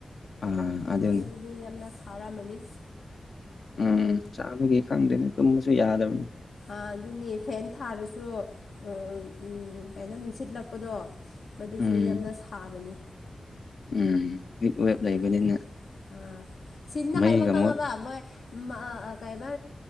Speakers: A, on the left (about 65°); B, on the left (about 80°).
A: ꯑꯥ ꯑꯗꯨꯅꯤ
B: ꯅꯣꯏ ꯑꯗꯨꯗꯤ ꯌꯥꯝꯅ ꯁꯥꯔꯝꯃꯅꯤ
A: ꯎꯝ ꯆꯥꯕꯒꯤ ꯈꯪꯗꯦꯅꯦ ꯇꯨꯝꯕꯁꯨ ꯌꯥꯗꯕꯅꯤ
B: ꯑꯥ ꯑꯗꯨꯅꯤ ꯐꯦꯟ ꯊꯥꯔꯁꯨ ꯑꯥ ꯎꯝ ꯀꯩꯅꯣ ꯅꯨꯡꯁꯤꯠꯂꯛꯄꯗꯣ ꯃꯗꯨꯁꯨ
A: ꯎꯝ
B: ꯌꯥꯝꯅ ꯁꯥꯕꯅꯤ
A: ꯎꯝ ꯍꯤꯠ ꯋꯦꯕ
B: ꯎꯝ
A: ꯂꯩꯕꯅꯤꯅ
B: ꯑꯥ ꯁꯤꯟꯅ
A: ꯃꯩꯒ
B: ꯍꯥꯏꯕ ꯈꯪꯉꯕ
A: ꯃꯨꯠ
B: ꯃꯣꯏ <unintelligible> ꯀꯩꯃ